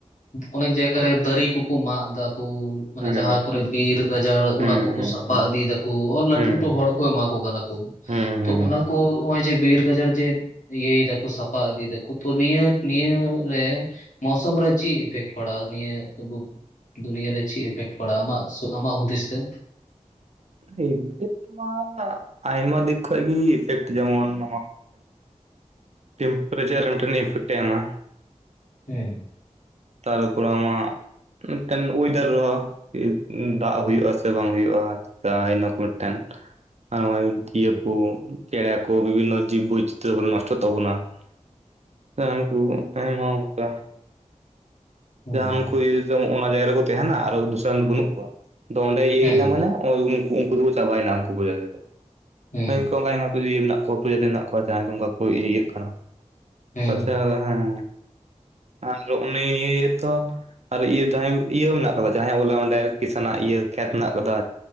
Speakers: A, on the left; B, on the right.
A: ᱚᱱᱮᱠ ᱡᱟᱭ ᱜᱟᱨᱮ ᱫᱟᱨᱤ ᱠᱩᱠᱩ ᱢᱟᱜ ᱫᱟᱠᱩ
B: ᱦᱮᱸ
A: ᱢᱟᱱᱮ ᱡᱟᱦᱟᱸ ᱠᱚᱨᱮ ᱵᱤᱨ ᱜᱟᱡᱟᱲ
B: ᱦᱮᱸ ᱦᱮᱸ
A: ᱚᱱᱟ ᱠᱚᱠᱚ
B: ᱦᱮᱸ
A: ᱥᱟᱯᱷᱟ ᱤᱫᱤᱭᱮᱫᱟᱠᱩ ᱞᱟᱹᱴᱩ
B: ᱦᱮᱸ
A: ᱞᱟᱹᱴᱩ ᱦᱚᱲ ᱠᱚ ᱮᱢᱟ ᱠᱚ ᱠᱟᱱᱟ ᱠᱚ
B: ᱦᱮᱸ
A: ᱾ ᱛᱚ ᱚᱱᱟ
B: ᱦᱮᱸ
A: ᱠᱚ ᱦᱚᱜᱼᱚᱭ ᱡᱮ ᱵᱤᱨ ᱜᱟᱡᱟᱲ ᱡᱮ ᱤᱭᱟᱹᱭ ᱫᱟᱠᱚ ᱥᱟᱯ ᱯᱟ ᱤᱫᱤᱭ ᱫᱟᱠᱚ ᱛᱚ ᱱᱤᱭᱟᱹ ᱱᱤᱭᱟᱹ ᱨᱮ ᱢᱳᱥᱚᱢ ᱨᱮ ᱪᱮᱫ ᱤᱯᱷᱮᱠᱴ ᱯᱟᱲᱟᱜ, ᱱᱤᱭᱟᱹ ᱟᱵᱩ ᱫᱩᱱᱤᱭᱟᱹ ᱨᱮ ᱪᱮᱫ ᱤᱯᱷᱮᱠᱴ ᱯᱟᱲᱟᱜᱼᱟ ᱟᱢᱟᱜ ᱛᱚ ᱟᱢᱟᱜ ᱦᱩᱫᱤᱥ ᱛᱮ?
B: ᱦᱳᱭᱳᱜ ᱜᱮ ᱾ <inaudible> ᱟᱭᱢᱟ ᱫᱤᱠ ᱠᱷᱚᱡ ᱜᱮ ᱤᱯᱷᱮᱠᱴ ᱡᱮᱢᱚᱱ <inaudible> ᱴᱤᱢᱯᱮᱨᱮᱪᱟᱨ ᱨᱮ ᱢᱤᱫᱴᱟᱱ ᱤᱯᱷᱮᱠᱴ ᱮᱢᱟ,
A: ᱦᱩᱸ ᱾
B: ᱛᱟᱨᱯᱚᱨᱮ ᱟᱢᱟᱜ ᱢᱤᱫᱴᱮᱱ ᱳᱭᱮᱫᱟᱨ ᱨᱮᱦᱚᱸ <inaudible> ᱫᱟᱜ ᱦᱩᱭᱩᱜᱼᱟ ᱥᱮ ᱵᱟᱝ ᱦᱳᱭᱳᱜᱼᱟ! <unintelligible> ᱫᱤᱭᱟᱹ
A: ᱦᱮᱸ
B: ᱠᱚ ᱪᱮᱬᱮ ᱠᱚ ᱵᱤᱵᱷᱤᱱᱱᱚ ᱡᱤᱵᱽ ᱵᱳᱭᱪᱤᱛᱨᱚ ᱠᱚ ᱱᱚᱥᱴᱚᱜ ᱛᱟᱵᱚᱱᱟ ᱾ ᱦᱮᱸ ᱦᱟᱝᱠᱩ ᱟᱭᱢᱟ ᱚᱝᱠᱟ
A: ᱦᱮᱸ
B: ᱡᱟᱦᱟᱱ ᱠᱚ ᱡᱮ ᱚᱱᱟ ᱡᱟᱭᱜᱟ ᱨᱮᱠᱚ ᱛᱟᱦᱮᱱᱟ ᱟᱨ ᱫᱚᱥᱟᱨ ᱨᱮᱱ ᱫᱚ ᱵᱟᱹᱱᱩᱜ ᱠᱚᱣᱟ, ᱟᱫᱚ ᱚᱸᱰᱮ ᱤᱭᱟᱹᱭᱱᱟ
A: ᱦᱮᱸ
B: ᱢᱟᱱᱮ ᱳᱭ ᱩᱝᱠᱩ ᱩᱝᱠᱩ ᱫᱚᱠᱚ ᱪᱟᱵᱟᱭᱮᱱᱟ, ᱩᱝᱠᱩ ᱯᱨᱚᱡᱟᱛᱤ ᱫᱚ ᱾
A: ᱦᱮᱸ ᱾
B: ᱦᱳᱭ ᱚᱝᱠᱚ ᱚᱝᱠᱟ ᱟᱭᱢᱟ ᱯᱤᱨᱤ ᱤᱭᱟᱹ ᱢᱮᱱᱟᱜ ᱠᱚᱣᱟ ᱯᱨᱚᱡᱟᱹᱛᱤ ᱢᱮᱱᱟᱜ ᱠᱚᱣᱟ ᱡᱟᱦᱟᱸᱭ ᱫᱚ ᱚᱝᱠᱟ ᱠᱚ ᱤᱫᱤᱭᱮᱫ ᱠᱟᱱᱟ ᱾
A: ᱦᱮᱸ
B: ᱟᱪᱪᱷᱟ ᱟᱫᱚ ᱦᱮᱸ, ᱟᱨ ᱩᱱᱤᱻ ᱛᱚ ᱟᱨ ᱤᱭᱟᱹ ᱡᱟᱦᱟᱸ ᱤᱭᱟᱹ ᱢᱮᱱᱟᱜ ᱠᱟᱫᱟ ᱡᱟᱦᱟᱸᱭᱟᱜ ᱵᱚᱞᱮ ᱚᱸᱰᱮ ᱠᱤᱥᱟᱱᱟᱜ ᱤᱭᱟᱹ ᱠᱷᱮᱛ ᱢᱮᱱᱟᱜ ᱠᱟᱫᱟ,